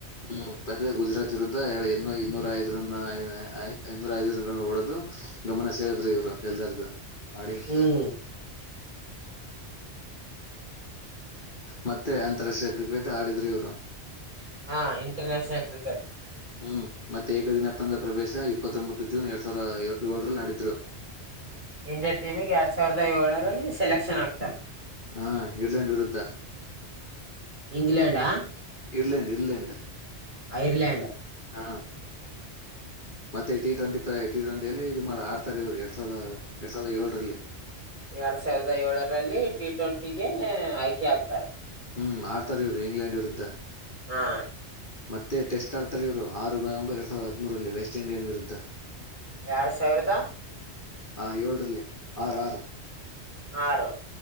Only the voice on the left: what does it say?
ಹ್ಮ್ ಅಂದ್ರೆ ಗುಜರಾತ್ ವಿರುದ್ಧ ಹೆಡೆ ಐದ್ನೂರ ಐದ ರನ್ ಐ ಐದ್ನೂರ ಐದ ರನ್ ಹೊಡೆದು ಗಮನ ಸೆ ಳಿದ್ರ ಇವ್ರು. ಎಲ್ಲರ್ದು ಆಡಿ ಹ
ಮತ್ತೆ ಅಂತಾರಾಷ್ಟ್ರೀಯ ಕ್ರಿಕೆಟ್ ಆಡಿದ್ರಿ ಇವ್ರು.
ಹ್ಮ್ ಮತ್ತೆ ಏಕದಿನಪ್ಪಂದ ಪ್ರವೇಶ ಇಪ್ಪತ್ತ್ರೊಂಬತ್ತು ಜೂನ್ ಎರಡ್ ಸಾವಿರ ಏಳರಲ್ಲಿ ಆಡಿದ್ರು.
ಹಾ ಇರ್ಲೆಂಡ್ ವಿರುದ್ಧ.
Ireland Ireland.
ಹಾ. ಮತ್ತೆ ಟಿ ಟ್ವೆಂಟಿ ಟಿ ಟ್ವೆಂಟಿಯಲ್ಲಿ ಇದು ಮಾಡಿ ಆರ್ತಾರ ಎರಡ್ ಸಾವಿರ ಎರಡ್ ಸಾವಿರದ ಯೋಳ್ರಲ್ಲಿ.
ಹ್ಮ್ ಆಡ್ತಾರ ಇವ್ರು ಇಂಗ್ಲೆಂಡ್ ವಿರುದ್ಧ.
ಮತ್ತೆ ಟೆಸ್ಟ್ ಆಡ್ತಾರ್ ಇವರು ಆರು ನವೆಂಬರ್ ಎರಡ್ ಸಾವಿರ ಹದ್ಮೂರಲ್ಲಿ ವೆಸ್ಟ್ ಇಂಡೀಸ್ ವಿರುದ್ಧ.
ಹಾ ಯೋಳ್ರಲ್ಲಿ ಆರ ಆರ.